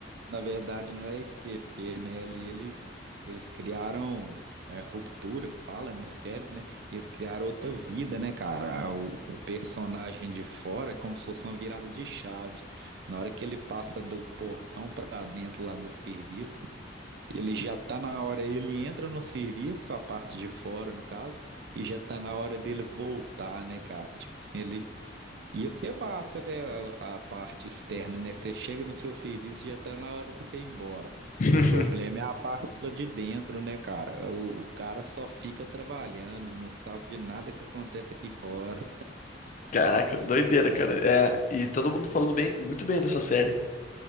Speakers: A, on the right; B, on the left.
A: na verdade, não é esquecer, né? Ali eles, eles criaram é, ruptura, que fala, é no cérebro, né? Eles criaram outra vida, né, cara? O, o personagem de fora é como se fosse uma virada de chave. Na hora que ele passa do portão pra dentro lá do serviço, Ele já está na hora, ele entra no serviço, a parte de fora, no caso, e já está na hora dele voltar, né, cara? Tipo assim, ele ia ser massa, né, a, a parte externa, né? Você chega no seu serviço, já está na hora de você ir embora.
B: <laughs>
A: O problema é a parte lá de dentro, né, cara? O, o cara só fica trabalhando, não sabe de nada que acontece aqui fora.
B: Caraca, doideira, cara. É, e todo mundo falando bem, muito bem dessa série.